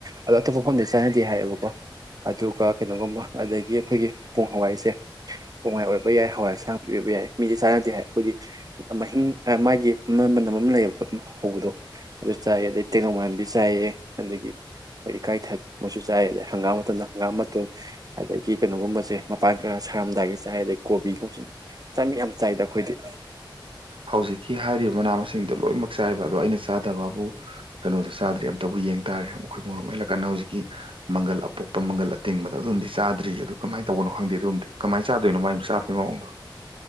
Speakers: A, on the right; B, on the right.
A: ꯑꯗꯣ ꯑꯇꯣꯞꯄ ꯃꯐꯝꯗꯤ ꯆꯥꯟꯅꯗꯦ ꯍꯥꯏꯌꯦꯦꯕꯀꯣ ꯑꯗꯨꯒ ꯀꯩꯅꯣꯒꯨꯝꯕ ꯑꯗꯒꯤ ꯑꯩꯈꯣꯏꯒꯤ ꯄꯨꯡ ꯍꯋꯥꯏꯁꯦ ꯄꯣꯡꯍꯋꯥꯏ ꯑꯣꯏꯕ ꯌꯥꯏ ꯍꯋꯥꯏ ꯍꯁꯥꯡ ꯄꯤꯕꯤꯕ ꯌꯥꯏ ꯃꯤꯗꯤ ꯆꯥꯟꯅꯗꯦ ꯍꯥꯏ ꯑꯩꯈꯣꯏꯗꯤ ꯃꯍꯤꯡ ꯃꯥꯒꯤ ꯃꯅꯝ ꯑꯃ ꯂꯩꯕ ꯄꯣ ꯑꯗꯨꯝ ꯍꯧꯕꯗꯣ ꯑꯗꯨ ꯆꯥꯏꯑ ꯑꯗꯩ ꯇꯦꯡꯅꯧ ꯃꯝꯕꯤ ꯆꯥꯏꯌꯦ ꯑꯗꯒꯤ ꯑꯩꯈꯣꯏ ꯏꯀꯥꯏ ꯊꯛꯄꯁꯨ ꯆꯥꯏꯑ ꯑꯗꯩ ꯍꯪꯒꯥꯝ ꯃꯇꯝꯗ ꯍꯪꯒꯥꯝ ꯃꯇꯣꯟ ꯑꯗꯒꯤ ꯀꯩꯅꯣꯒꯨꯝꯕꯁꯦ ꯃꯄꯥꯟ ꯈꯔ ꯁꯥꯔꯝꯗꯥꯏꯒꯤ ꯆꯥꯏꯁꯦ ꯀꯣꯕꯤꯒꯨꯝ ꯁꯨꯝ ꯆꯥ ꯃꯤ ꯌꯥꯝ ꯆꯥꯏꯗ ꯑꯩꯈꯣꯏꯗꯤ
B: ꯍꯧꯖꯤꯛꯀꯤ ꯍꯥꯏꯔꯤꯕ ꯃꯅꯥ ꯃꯁꯤꯡ ꯗꯣ ꯂꯣꯏꯅ ꯆꯥꯏꯕ ꯑꯣ ꯑꯩꯅ ꯆꯗ ꯑꯗ ꯕꯥꯕꯨ ꯀꯩꯅꯣꯗꯣ ꯆꯥꯗ꯭ꯔꯤ ꯑꯃꯝꯇꯕꯨ ꯌꯦꯡ ꯇꯥꯔꯦ ꯃꯈꯣꯏ ꯃ ꯑꯣꯏꯦꯜꯂ ꯀꯥꯟ ꯍꯧꯖꯤꯛꯀꯤ ꯃꯪꯒꯜ ꯑꯄꯣꯛꯄ ꯃꯪꯒꯜ ꯑꯇꯤꯡꯕꯗꯣ ꯑꯗꯨꯝꯗꯤ ꯆꯥꯗ꯭ꯔꯤ ꯑꯗꯣ ꯀꯃꯥꯏꯅ ꯇꯧꯕꯅꯣ ꯈꯪꯗꯦ ꯑꯗꯨꯝꯗꯤ ꯀꯃꯥꯏꯅ ꯆꯥꯗꯣꯏꯅꯣ ꯃꯒꯤꯛ ꯆꯥꯞꯄꯒꯤ ꯃꯑꯣꯡꯗꯣ